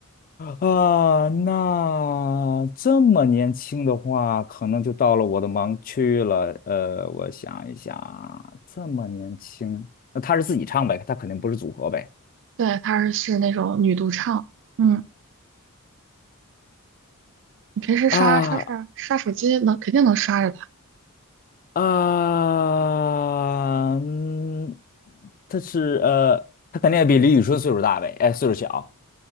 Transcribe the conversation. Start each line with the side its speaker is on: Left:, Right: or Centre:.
Left: 啊？那这么年轻的话，可能就到了我的盲区了。呃，我想一想，这么年轻，那她是自己唱呗，她肯定不是组合呗。
Right: 对，她是那种女独唱，嗯，你平时刷刷刷刷手机能肯定能刷着他，
Left: 啊啊，嗯，他是呃，他肯定也比李宇春岁数大呗，哎，岁数小，